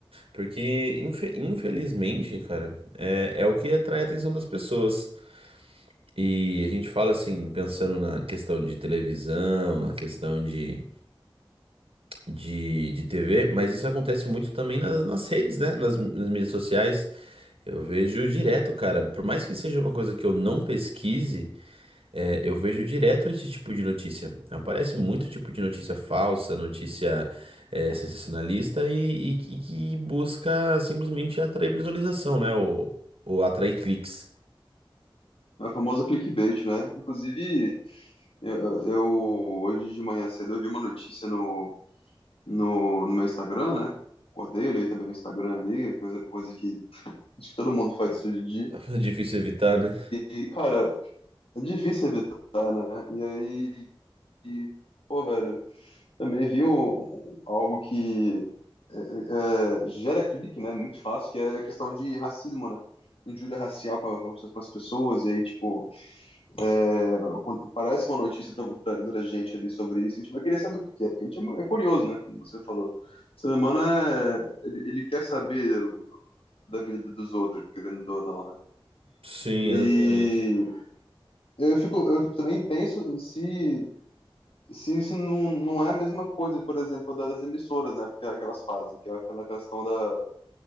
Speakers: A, on the right (about 80°); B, on the left (about 80°).
A: Porque, infe- infelizmente, cara, é, é o que atrai a atenção das pessoas. E a gente fala assim, pensando na questão de televisão, na questão de de, de TV, mas isso acontece muito também nas, nas redes, né? Nas, nas mídias sociais. Eu vejo direto, cara. Por mais que seja uma coisa que eu não pesquise, é, eu vejo direto esse tipo de notícia. Aparece muito tipo de notícia falsa, notícia é, sensacionalista e, e que que busca simplesmente atrair visualização, né? Ou, ou atrair cliques.
B: É a famosa clickbait, né? Inclusive, eu, eu- hoje de manhã cedo eu vi uma notícia no, no, no meu Instagram, né? Acordei, olhei também o Instagram ali, coisa, coisa que acho que todo mundo faz isso hoje em dia.
A: <laughs> Difícil evitar, né?
B: E, cara, É difícil evitar, né? E aí, e, pô, velho, também vi o- o- algo que é, é, gera clique, né? Muito fácil, que é a questão de racismo, né? Injúria racial com, a- com as com as pessoas, e aí, tipo, é, quando parece uma notícia pra, pra, pra gente ali sobre isso, a gente vai querer saber o que que é, porque a gente é, mu- é curioso, né? Como você falou. O ser humano é, ele, ele quer saber da, da vida dos outros, querendo ou não, né?
A: Sim,
B: E
A: exatamente.
B: eu fico, eu também penso se se isso não, não é a mesma coisa, por exemplo, da- das emissoras, né? Porque é aquelas fazem, que é aquela questão da